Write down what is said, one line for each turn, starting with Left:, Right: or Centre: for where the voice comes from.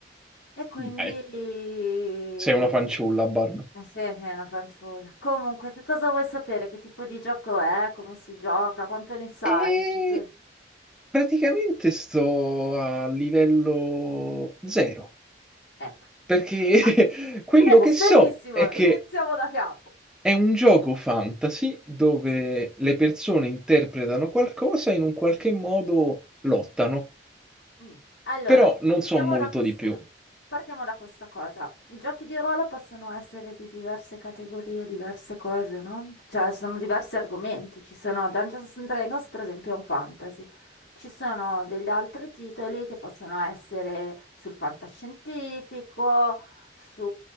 Left: E quindi
Centre: Dai,
Left: Eh
Centre: sei una fanciulla, Barb.
Left: sì, sì, è una fanciulla. Comunque, che cosa vuoi sapere? Che tipo di gioco è? Come si gioca? Quanto ne sai?
Centre: E
Left: S-
Centre: praticamente sto a livello zero,
Left: Ecco.
Centre: perché
Left: Ah,
Centre: <laughs> quello
Left: <laughs> eh,
Centre: che so
Left: benissimo,
Centre: è che
Left: iniziamo da capo.
Centre: È un gioco fantasy dove
Left: Sì.
Centre: le persone interpretano qualcosa e in un qualche modo lottano,
Left: Mm. Allora,
Centre: però non
Left: partiamo
Centre: so molto
Left: da questa.
Centre: di più.
Left: Partiamo da questa cosa. I giochi di ruolo possono essere di diverse categorie, diverse cose, no? Cioè, sono diversi argomenti. Ci sono Dungeons and Dragons, per esempio, è un fantasy. Ci sono degli altri titoli che possono essere sul fantascientifico, su,